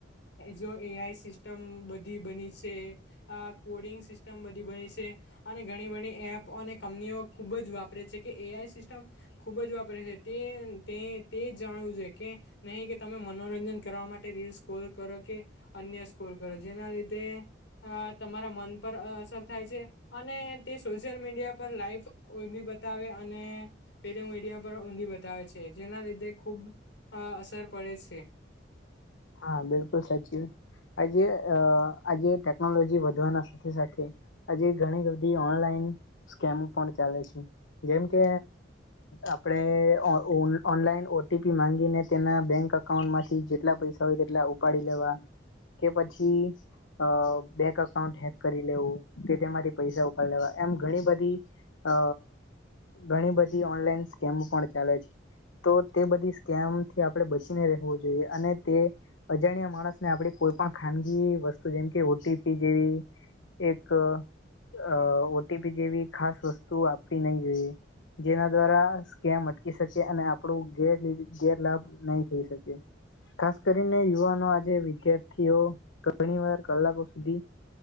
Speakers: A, on the left; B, on the left.
A: જો એ આઈ સિસ્ટમ બધી બની છે કોડિં ગ સિસ્ટમ બધી બની છે, અને ઘણી બણી એપ અને કંપનીઓ ખુબ જ વાપરે છે, કે એ આઈ સિ સ્ટમ ખૂબ જ વાપરે છે, તે તે, તે જાણવું જોઈએ, કે નહીં કે તમે મનોરંજન કરવા માટે રીલ સ્કોલ કરો, કે અન્ય સ્કોલ કરો, જેના લીધે અ તમારા મન પર અ અસર થાય છે અને તે સોશિયલ મીડિયા પર લાઈવ કોઈ બી બતાવે અનેે <unintelligible> મીડિયા પર ઊંધી બતાવે છે, જેના લીધે ખૂબ અ, અસર પડે છે.
B: હા, બિલકુલ સાચી વાત. આજે, આજે ટેકનોલોજી વધવાના સાથે સાથે આજે ઘણી બધી ઓનલાઈન સ્કેમો પણ ચાલે છે. જેમકે આપણે ઓ ઓનલાઈન ઓ ટી પી માંગીને, તેના બેંક અકાઉન્ટમાંથી જેટલા પૈસા જેટલા હોય તેટલા ઉપાડી લેવા કે પછી, અ બેક અકાઉન્ટ હેક કરી લેવું, કે તેમાંથી પૈસા ઉપાડ લેવા એમ ઘણી બધી, અ ઘણી બધી ઓનલાઈન સ્કેમ પણ ચાલે છે. તો તે બધી સ્કેમથી આપણે બચીને રહેવું જોઈએ, અને તે અજાણ્યા માણસને આપણી કોઈ પણ ખાનગી વસ્તુ જેમ કે ઓ ટી પી જેવી એક અ ઓ ટી પી જેવી ખાસ વસ્તુ આપવી નહીં જોઈએ. જેના દ્વારા સ્કેમ અટકી શકે અને આપણું ગેર ગેરલાભ નહીં થઈ શકે. ખાસ કરીને યુવાનો આજે વિદ્યાર્થીઓ ઘણી વાર કલાકો સુધી